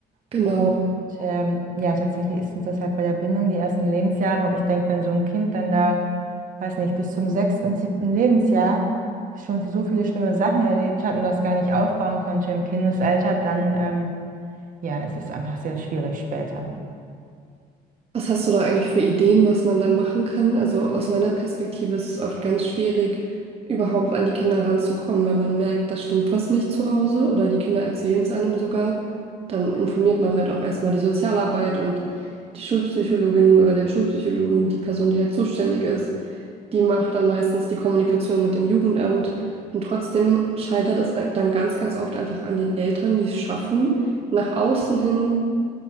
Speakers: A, on the right; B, on the right.
A: Genau.
B: Und ähm, ja, tatsächlich ist es das halt bei der Bindung die ersten Lebensjahre. Und ich denke, wenn so ein Kind dann da, weiß nicht, bis zum sechsten, siebten Lebensjahr schon so viele schlimme Sachen erlebt hat und das gar nicht aufbauen konnte im Kindesalter, dann ähm, ja, es ist einfach sehr schwierig später.
A: Was hast du da eigentlich für Ideen, was man da machen kann? Also aus meiner Perspektive ist es oft ganz schwierig, überhaupt an die Kinder ranzukommen. Wenn man merkt, da stimmt was nicht zu Hause oder die Kinder erzählen es einem sogar, dann informiert man halt auch erstmal die Sozialarbeit und die Schulpsychologin oder den Schulpsychologen, die Person, die halt zuständig ist, die macht dann meistens die Kommunikation mit dem Jugendamt. Und trotzdem scheitert es dann ganz, ganz oft einfach an den Eltern, die es schaffen, nach außen hin